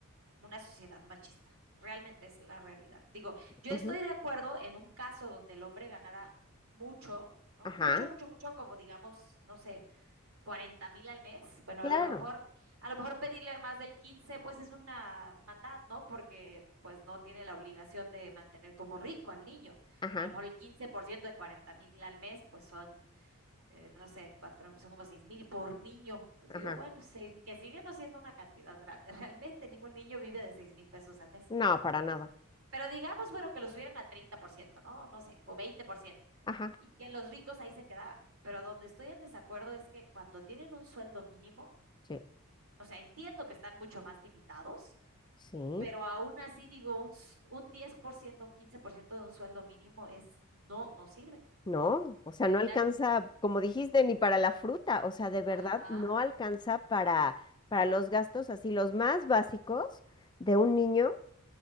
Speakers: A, on the right; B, on the left.
A: una sociedad machista, realmente es la realidad. Digo, yo
B: ujú,
A: estoy de acuerdo en un caso donde el hombre ganara mucho, ¿no?
B: ajá,
A: Mucho, mucho, mucho, como digamos, no sé, cuarenta mil al mes, bueno,
B: claro,
A: a lo mejor, a lo mejor pedirle más del 15 pues es una maldad, ¿no? Porque pues no tiene la obligación de mantener como rico al niño.
B: ajá,
A: A lo mejor el 15% de cuarenta mil al mes, pues son, eh, no sé, cuatro, son como seis mil por niño. Entonces
B: ajá,
A: digo, bueno, seis, que sigue no siendo una cantidad grande. <laughs> Realmente ningún niño vive de seis mil pesos al mes.
B: no, para nada,
A: Pero digamos, bueno, que los subieran a 30%, ¿no? No sé, o 20%,
B: ajá,
A: y que los ricos ahí se quedaran. Pero donde estoy en desacuerdo es que cuando tienen un sueldo mínimo,
B: sí,
A: o sea, entiendo que están mucho más limitados,
B: sí.
A: pero aún así digo, un, s- un 10%, un 15% de un sueldo mínimo es, no, no sirve.
B: No, o sea,
A: Al
B: no
A: final,
B: alcanza, como dijiste, ni para la fruta, o sea, de verdad
A: ajá,
B: no alcanza para, para los gastos así, los más básicos de un niño,